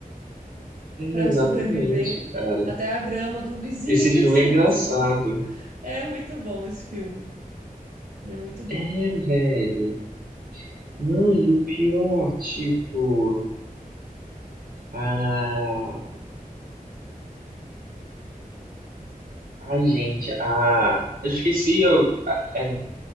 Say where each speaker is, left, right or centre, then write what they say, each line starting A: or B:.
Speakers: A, on the right; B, on the right.
A: é,
B: para
A: exatamente,
B: sobreviver.
A: cara.
B: Até a grama do vizinho
A: Esse
B: <laughs>
A: filme
B: eles começam
A: é engraçado.
B: a roubar. É muito bom esse filme. É muito bom.
A: É, velho. Não, e o pior, tipo... Ah, Ai, gente, a. Eu esqueci. Eu... É...